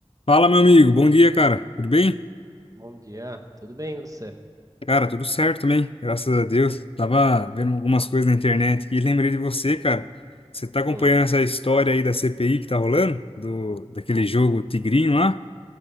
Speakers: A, on the left; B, on the right.
A: Fala, meu amigo. Bom dia, cara. Tudo bem?
B: Bom dia, tudo bem você?
A: Cara, tudo certo também, graças a Deus. Tava vendo algumas coisas na internet aqui e lembrei de você, cara. Você tá acompanhando
B: Hum,
A: essa história aí da CPI que tá rolando? Do, daquele jogo Tigrinho lá?